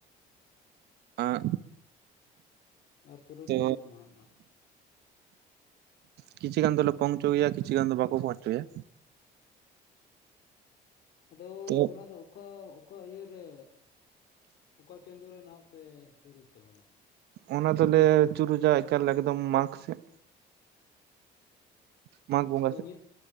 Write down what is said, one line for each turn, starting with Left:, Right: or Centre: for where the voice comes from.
Right: ᱟᱸᱜ
Left: ᱟᱨ ᱪᱩᱨᱩᱡ
Right: ᱛᱚ
Left: ᱡᱟᱹᱨᱩᱲᱟ ᱱᱟᱦᱟᱜ ᱚᱱᱟ ᱫᱚ
Right: ᱠᱤᱪᱷᱤ ᱜᱟᱱ ᱫᱚᱞᱮ ᱯᱚᱦᱪᱚᱣ ᱜᱮᱭᱟ ᱠᱤᱪᱷᱤ ᱜᱟᱱ ᱫᱚ ᱵᱟᱠᱚ ᱯᱚᱦᱪᱚᱣᱭᱟ
Left: ᱟᱫᱚ
Right: ᱛᱚ
Left: ᱚᱱᱟ ᱫᱚ ᱚᱠᱟ ᱚᱠᱟ ᱤᱭᱟᱹᱨᱮ ᱚᱠᱟ ᱪᱟᱸᱫᱳ ᱨᱮ ᱱᱟᱦᱟᱜ ᱯᱮ ᱪᱩᱨᱩᱡ ᱛᱟᱵᱚᱱᱟ
Right: ᱚᱱᱟ ᱫᱚᱞᱮ ᱪᱩᱨᱩᱡᱟ ᱮᱠᱟᱞᱮ ᱮᱠᱫᱚᱢ ᱢᱟᱜᱽ ᱥᱮᱫ ᱢᱟᱜ <unintelligible>
Left: ᱦᱳ ᱱᱤᱛ